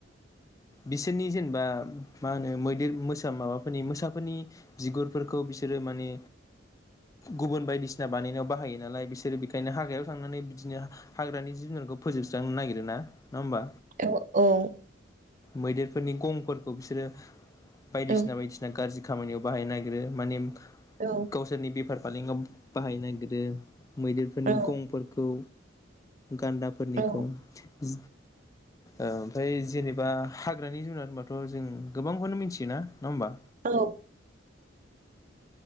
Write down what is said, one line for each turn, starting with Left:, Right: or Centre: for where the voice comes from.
Left: बिसोरनि जेनेबा मा होनो मैदेर मोसा माबाफोरनि मोसाफोरनि बिगुरफोरखौ बिसोरो माने गुबुन बायदिसिना बानायनायाव बाहायो नालाय बिसोरो बेखायनो हाग्रायाव थांनानै बिदिनो हाग्रानि जिब-जुनारखौ फोजोबस्रांनो नागिरो, ना नङा होमबा?
Right: औ-औ
Left: मैदेरफोरनि गंफोरखौ बिसोरो बायदिसिना
Right: औ
Left: बायदिसिना गाज्रि खामानियाव बाहायनो नागिरो माने
Right: औ
Left: गावसोरनि बिफार-फालांगि फालांगियाव बाहायनो नागिरो मैदेरफोरनि
Right: औ
Left: गंफोरखौ गान्दाफोरनिखौ
Right: औ
Left: ओ ओमफ्राय जेनेबा बा हाग्रानि जुनार होनबाथ' जों गोबांखौनो मिथियोना नङा होमबा?
Right: औ।